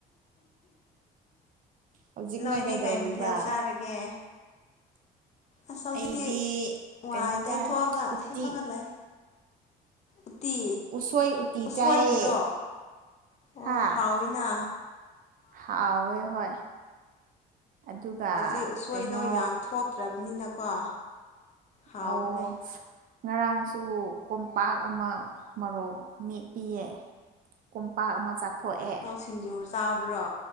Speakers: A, on the right (about 55°); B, on the left (about 40°).
A: ꯍꯧꯖꯤꯛꯅ
B: ꯅꯣꯏꯗꯤ
A: ꯀꯩꯗꯧꯔꯤꯕ
B: ꯀꯩ ꯃꯊꯦꯜ ꯆꯥꯔꯒꯦ ꯑꯁ ꯍꯧꯖꯤꯛꯇꯤ
A: ꯑꯩꯗꯤ
B: ꯋꯥꯏ
A: ꯀꯩꯅꯣ
B: ꯇꯩꯊꯣꯛꯑꯒ
A: ꯆꯥꯏ ꯎꯇꯤ
B: ꯍꯤꯞꯄꯒ ꯂꯩ ꯎꯇꯤ
A: ꯎꯁꯣꯏ ꯎꯇꯤ
B: ꯎꯁꯣꯏꯒꯤꯔꯣ
A: ꯆꯥꯏꯌꯦ
B: ꯑꯣ
A: ꯍꯥ
B: ꯍꯥꯎꯋꯦ ꯅꯥ
A: ꯍꯥꯎꯋꯦ ꯍꯣꯏ ꯑꯗꯨꯒ
B: ꯍꯧꯖꯤꯛ ꯎꯁꯣꯏꯗꯣ
A: ꯀꯩꯅꯣ
B: ꯌꯥꯝ ꯊꯣꯛꯇ꯭ꯔꯕꯅꯤꯅꯀꯣ ꯍꯥꯎꯕꯅꯦ
A: ꯑꯣ ꯉꯔꯥꯡꯁꯨ ꯀꯣꯝꯄꯥꯛ ꯑꯃ ꯃꯣꯔꯣꯛ ꯃꯦꯠꯄꯤꯌꯦ ꯀꯣꯝꯄꯥꯛ ꯑꯃ ꯆꯥꯊꯣꯛꯑꯦ
B: ꯑꯣ ꯁꯤꯡꯖꯨ ꯆꯥꯕ꯭ꯔꯣ